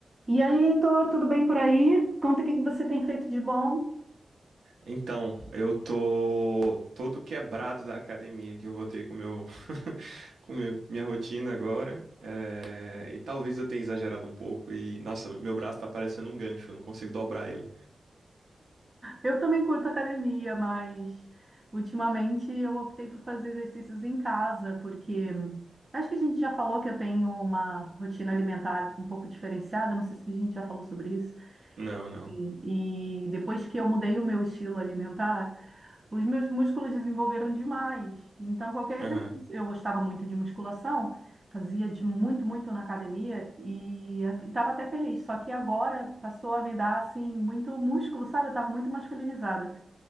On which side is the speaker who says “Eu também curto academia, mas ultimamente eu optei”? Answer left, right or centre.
Right